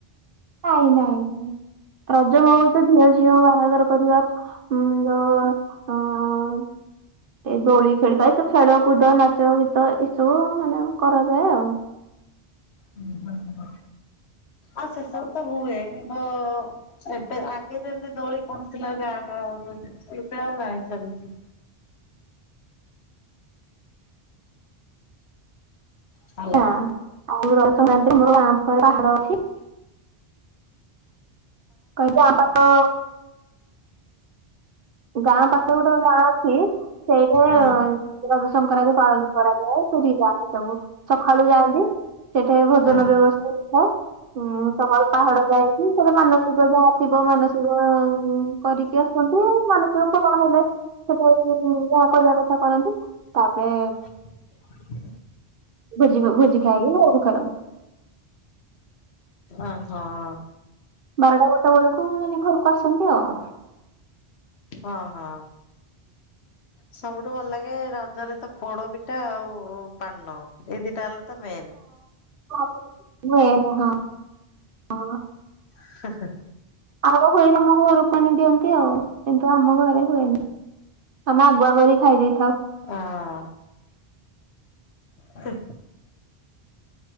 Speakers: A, on the right; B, on the left.
A: ନାଇଁ ନାଇଁ ନାଇଁ ରଜ ବଉତ ଝିଅ ଝିଅ ବାହାଘର କରିବା ଉଁ ଯୋଉ ଅଁ ଏଇ ଦୋଳି ଖେଳିବା ଏଇ ସ ଖେଳକୁଦ ନାଚ ଗୀତ ଏସବୁ ମାନେ କରାଯାଏ ଆଉ।
B: ହୁଁ ହୁଁ ହଁ। ଆ ସେ ସବୁ ତ ହୁଏ କିନ୍ତୁ ଏବେ ଆଗେ ଯେମିତି ଦୋଳି ପଡ଼ୁଥିଲା ଏବେ ଆ ଏବେ ଆଉ ନାଇଁ ସେମିତି। ହ୍ୟାଲୋ
A: ନା ଆଉ ରଜ ସଂକ୍ରାନ୍ତିରେ ମୋର ଗାଁ ପାଖରେ ପାହାଡ ଅଛି। କହିଲି ଗାଁ ପାଖ ଗାଁ ପାଖରେ ଗୋଟେ ଗାଁ ଅଛି ସେଇଠେ
B: ହଁ
A: ରଜ ସଂକ୍ରାନ୍ତି ପାଳନ କରାଯାଏ ସେଇଠି କି ଯାଆନ୍ତି ସବୁ ସକାଳୁ ଯାଆନ୍ତି ସେଠେ ଭୋଜନ
B: ହଁ
A: ବ୍ୟବସ୍ଥା ହେଇଥାଏ। ହୁଁ ସକାଳୁ ପାହାଡ ଯାଇକି ସେଠେ ମାନସିକ ଯାହା ଥିବ ମାନସିକ କରିକି ଆସ ଚନ୍ତି। ମାନସିକ ପୁରଣ ହେଲେ ସେଠେଇ ଯାହା କରିବା କଥା କରନ୍ତି ତାପରେ
B: <inaudible>
A: ଭୋଜି ବ ଭୋଜି ଖାଇକି ଘରକୁ ଫେରନ୍ତି।
B: ହଁ ହଁ।
A: ବାରଟା ଗୋଟେ ବେଳକୁ ଏମିତି ଘରକୁ ଆସନ୍ତି ଆଉ।
B: ହଁ ହଁ। ସବୁଠୁ ଭଲ ଲାଗେ ରଜରେ ତ ପୋଡ ପିଠା ଆଉ ପାନ ଏଇ ଦିଟା ହେଲା ତ ମେନ୍।
A: ହଁ ମେନ୍ ହଁ ହଁ।
B: ହେଁ ହେଁ।
A: ଆଉ ହୁଏରେ ଆମ ଘରକୁ ଆଣିଦିଅନ୍ତି ଆଉ କିନ୍ତୁ ଆମ ଘରେ ହୁଏନି। ଆମେ ଆଗୁଆ କରି ଖାଇ ଦେଇ
B: ହଁ ହେଁ।